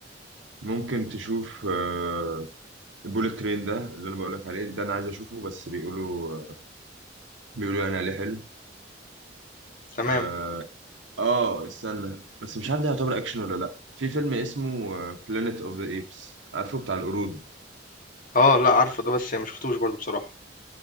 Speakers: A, on the right; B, on the left.
A: ممكن تشوف آه بوليت ترين ده اللي انا بقول لك عليه ده انا عايز اشوفه بس بيقولوا بيقولوا يعني عليه حلو
B: تمام.
A: آه, اه استنى بس مش عارف ده يعتبر اكشن ولا لا في فيلم اسمه بلانيت اوف ذا ايبس عارفه بتاع القرود
B: آه، لأ عارفه ده بس ما شُفتوش برضه بصراحة.